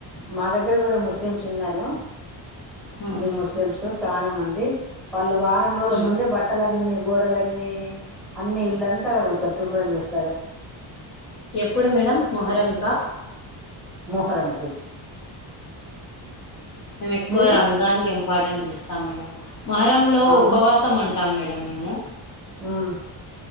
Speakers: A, in the centre; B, on the left.
A: మా దగ్గర కూడా ముస్లిమ్స్ ఉన్నారు
B: మ్మ్.
A: మీ ముస్లిమ్స్ చాలా మంది వాళ్ళు వారం రోజుల
B: మ్మ్.
A: ముందే బట్టలన్నీ గోడలన్నీ అన్ని ఇల్లంతా కడుగుతారు శుభ్రం చేస్తారు
B: ఎప్పుడు మేడం మొహరంకా
A: మొహరం కి
B: మేము ఎక్కువ
A: మీరు
B: రంజాన్ కి ఇంపార్టెన్స్ ఇస్తాం మేడం మొహరంలో
A: అవును
B: ఉపవాసం ఉంటాం మేడం మేము
A: ఉమ్